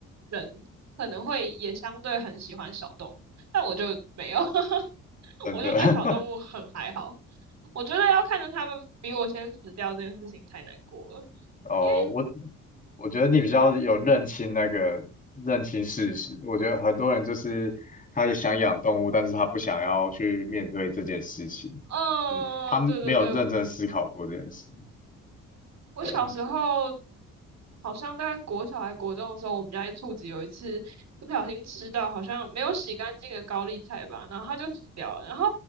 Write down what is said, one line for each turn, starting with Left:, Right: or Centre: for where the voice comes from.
Right: 人，可能会也相对很喜欢小动物，但我就没有，<laughs>
Left: 真的。
Right: 我就对小动物很还好。
Left: <laughs>
Right: 我觉得要看着他们比我先死掉这件事情太难过了，
Left: 哦，
Right: 因为
Left: 我我觉得你比较有认清那个认清事实。
Right: 你说，
Left: 我觉得很多人就是他也想养动物，但是他不想要去面对这件事情，
Right: 嗯呃，
Left: 就是他没有认真思考过这件事。
Right: 对对对，我小时候
Left: 对，
Right: 好像大概国小还国中的时候，我们家一兔子有一次不小心吃到好像没有洗干净的高丽菜吧，然后它就死掉了。然后